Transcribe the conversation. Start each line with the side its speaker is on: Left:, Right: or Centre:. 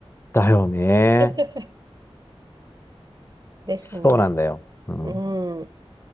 Left: だよね。
Right: <laughs> ですね。
Left: そうなんだよ。うん。
Right: う